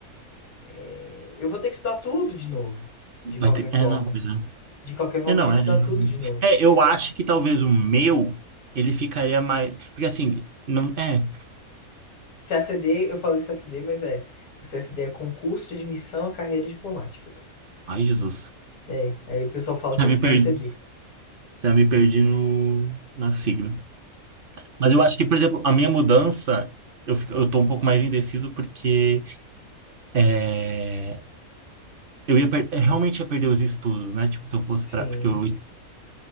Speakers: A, on the left; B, on the right.
A: é, eu vou ter que estudar tudo de novo,
B: Vai
A: de qualquer
B: ter.
A: forma.
B: É, não, pois é.
A: De qualquer forma,
B: É,
A: eu
B: não,
A: vou ter que
B: é,
A: estudar tudo de novo.
B: é, eu acho que talvez o meu, ele ficaria mais, porque assim, não, é,
A: C C A C D eu falei C C A C D mas é C C A C D é concurso de admissão à carreira diplomática. tá?
B: ai Jesus,
A: É, aí o pessoal fala
B: <laughs>
A: que
B: já
A: é
B: me
A: C
B: perdi,
A: C A C D
B: já me perdi no, na sigla. Mas eu acho que, por exemplo, a minha mudança, eu, fico- eu tô um pouco mais indeciso porque é, eu ia per- eu realmente ia perder os estudos, né? Tipo, se eu fosse
A: Sim.
B: para, porque eu